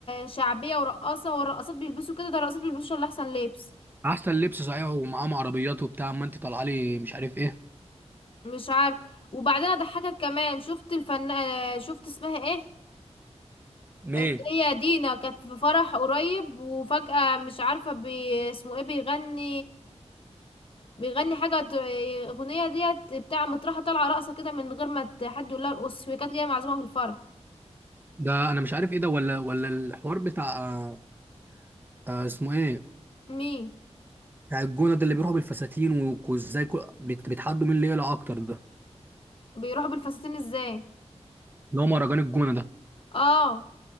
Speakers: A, on the left; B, on the right.
A: شعبية ورقاصة والرقاصات بيلبسوا كده ده الرقاصات بيلبسوا اللي احسن لبس
B: احسن لبس صحيح ومعاهم عربيات وبتاع اما انت طالعه لي مش عارف ايه
A: مش عارف وبعدين اضحكك كمان شفت الفن آه، شفت اسمها ايه
B: ليه
A: اللي هي دينا كانت في فرح قريب وفجأة مش عارفة بي... اسمه ايه بيغني بيغني حاجة د- اغنية ديت بتاع مطرحة طالعة رقصة كده من غير ما ت- حد يقول لها ارقص هي كانت جاية معزومة في الفرح
B: ده انا مش عارف ايه ده ولا ولا الحوار بتاع آه، آه، اسمه ايه
A: مين
B: بتاع الجونه ده اللي بيروحوا بالفساتين وازاي كو- بيت- بيتحدوا مين اللي يقلع اكتر ده
A: بيروح بالفساتين ازاي
B: اللي هو مهرجان الجونه ده
A: اه